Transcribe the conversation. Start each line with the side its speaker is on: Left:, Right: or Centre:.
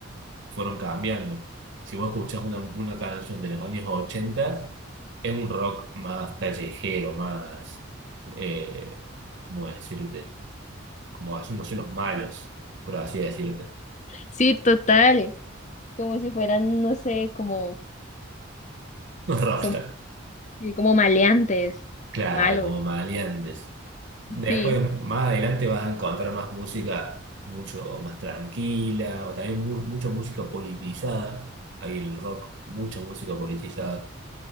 Right: fueron cambiando. Si vos escuchás una, una canción de los años 80, es un rock más callejero, más, eh, ¿cómo decirte? Como hacen, no sé, los malos, por así decirte.
Left: Sí, total, como si fueran, no sé, como,
Right: <laughs> Los rockstar,
Left: como, sí, como maleantes,
Right: claro,
Left: malos.
Right: como maleantes. Después,
Left: Sí,
Right: más adelante vas a encontrar más música mucho más tranquila, o también mu- mucha música politizada. Hay en el rock mucha música politizada.